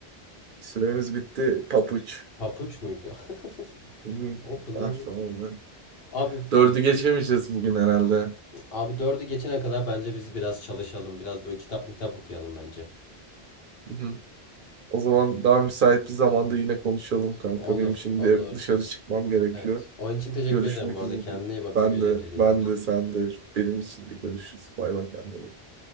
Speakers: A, on the right; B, on the left.
A: Süremiz bitti. Papuç.
B: Papuç muydu? <laughs>
A: Hı.
B: O kunduran
A: Ah,
B: değil.
A: oldu.
B: Abi
A: Dördü geçemeyeceğiz bugün herhalde.
B: abi dördü geçene kadar bence biz biraz çalışalım. Biraz böyle kitap mitap okuyalım bence.
A: Hı hı. O zaman daha müsait bir zamanda yine konuşalım kanka.
B: Olur,
A: Benim şimdi
B: olur.
A: dışarı çıkmam gerekiyor.
B: Evet. Oyun için teşekkür
A: Görüşmek
B: ederim bu arada.
A: üzere.
B: Kendine iyi bak.
A: Ben
B: Çok eğlenceliydi.
A: de, ben de, sen de. Benim için de görüşürüz. Bay bay kendine.